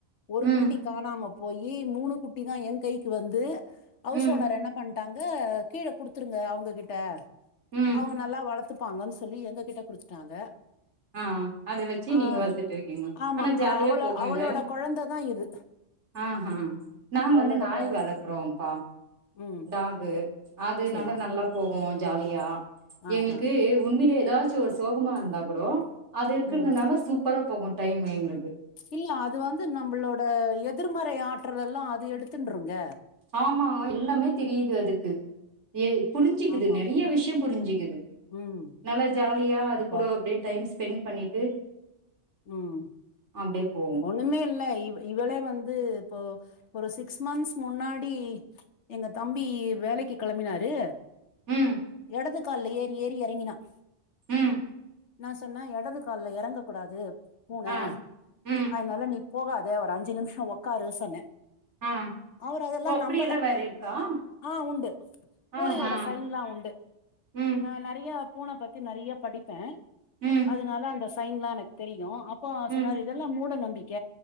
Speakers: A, on the left; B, on the right.
A: ஒரு
B: ம்
A: குட்டி காணாம போயி மூணு குட்டி தா என் கைக்கு வந்து ஹவுஸ்
B: ம்
A: ஓனர் என்ன பண் ட்டாங்க கீழ குடுத்துருங்க அவுங்ககிட்ட
B: ம்
A: அவுங்க நல்லா வளத்து ப்பாங்கன் சொல்லி எங்க கிட்ட குடுத்துட்டாங்க
B: அ ஆ அத வச்சு
A: ஆ
B: நீங்க வளத்துட்டு இருக்கீங்க
A: ஆமா.
B: ஆனா ஜாலியா
A: அவள
B: போகும்
A: அவளோட
B: இல்ல
A: குழந்தை தான் இது.
B: அ ஆ நாங்க
A: அவளோட
B: வந்து நாய்
A: குழந்தை.
B: வளக்குறோம்ப்பா
A: ம்.
B: டாகு அதுனால
A: சரி.
B: நல்லா போகும் ஜாலியா
A: ஆ,
B: எங்களுக்கு
A: ஆ.
B: உண்மையிலயே ஏதாச்சும் ஒரு சோகமா இருந்தா கூடோ அது இருக்கிறதுனால
A: ம்.
B: சூப்பரா போகும் டைமு எங்களுக்கு
A: இல்ல அது வந்து நம்மளோட எதிர்மறை ஆற்றல எல்லாம் அது எடுத்துன்ருங்க
B: ஆமா எல்லாமே தெரியுது அதுக்கு ஏ புரிஞ்சுக்குது
A: ஆமா.
B: நெறைய விஷயம் புரிஞ்சுக்குது
A: ம்.
B: நல்லா ஜாலியா அது
A: இப்போ
B: கூட அப்டியே டைம் ஸ்பெண்ட் பண்ணிட்டு
A: உம்
B: அப்டியே போகு
A: ஒண்ணுமே இல்ல இவ் இவளே வந்து இப்போ ஒரு சிக்ஸ் மந்த்ஸ் முன்னாடி எங்க தம்பி வேலைக்கு கெளம்பினாரு
B: ம்
A: எடது கால்லே ஏறி ஏறி எறங்கினான்
B: ம்
A: நா சொன்ன எடது கால்ல எறங்க கூடாது பூன
B: ஆ ம்
A: அதனால நீ போகாத ஒரு அஞ்சு நிமிஷம் உக்காரு சொன்னே
B: ஆ
A: அவர் அதெல்லா
B: ஓ அப்டியெல்லா
A: நம்பல
B: வேற இருக்கா
A: ஆ உண்டு பூனையோட
B: ஆஹா
A: சைனெல்லா உண்டு
B: ம்
A: நா நெறையா பூன பத்தி நெறையா படிப்ப
B: ம்
A: அதனால அந்த சைன் எல்லா எனக்கு தெரியு அப்ப அவர்
B: ம்
A: சொன்னாரு இதெல்லா மூட நம்பிக்க